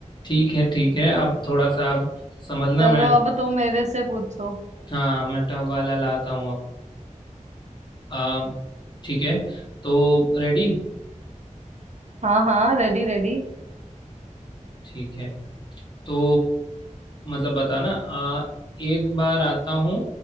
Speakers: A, on the left; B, on the right.
A: ठीक है ठीक है अब थोड़ा सा आप समझना
B: चलो
A: मैं
B: अब तुम मेरे से पूछो
A: हाँ मैं टफ वाला लाता हूँ अब अब ठीक है तो रेडी
B: हाँ हाँ रेडी रेडी
A: ठीक है तो मतलब बताना आ, एक बार आता हूँ